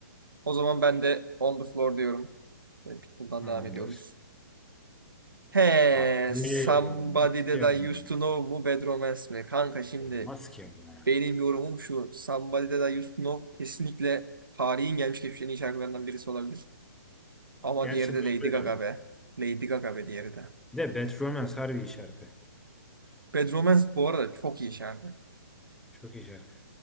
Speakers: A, on the right (about 80°); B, in the centre.
A: O zaman ben de On The Floor diyorum. Ve Pitbull'dan
B: tamamdır.
A: devam ediyoruz. He,
B: Abi,
A: Somebody
B: olmaz
A: That
B: ki
A: I
B: ama.
A: Used to Know mu Bad Romance mi? Kanka şimdi
B: Olmaz ki ama ya.
A: benim yorumum şu. Somebody That I Used to Know kesinlikle tarihin gelmiş geçmiş en iyi şarkılarından birisi olabilir. Ama
B: Gerçi
A: diğeri de
B: doğru
A: Lady Gaga
B: ya.
A: be. Lady Gaga be diğeri de.
B: Bir de Bad Romance harbi iyi şarkı.
A: Bad Romance bu arada çok iyi şarkı.
B: Çok iyi şarkı.